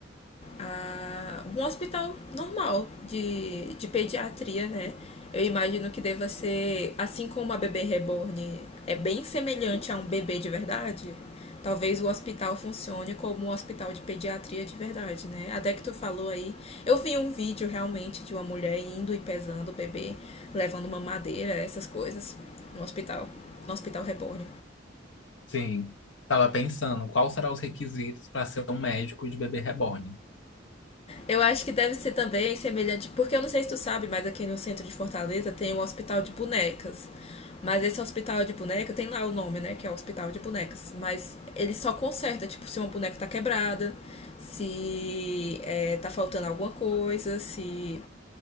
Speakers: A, on the left; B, on the left.
A: a um hospital normal de, de pediatria, né? Eu imagino que deva ser, assim como a bebê reborn é bem semelhante a um bebê de verdade, talvez o hospital funcione como um hospital de pediatria de verdade, né? Até que tu falou aí, eu vi um vídeo realmente de uma mulher indo e pesando o bebê, levando uma madeira, essas coisas, no hospital, no hospital reborn.
B: Sim. Tava pensando quais serão os requisitos para ser um médico de bebê reborn.
A: Eu acho que deve ser também semelhante, porque eu não sei se tu sabe, mas aqui no centro de Fortaleza tem um hospital de bonecas. Mas esse hospital de boneca, tem lá o nome, né? Que é o hospital de bonecas. Mas ele só conserta, tipo, se uma boneca tá quebrada, se é, tá faltando alguma coisa, se.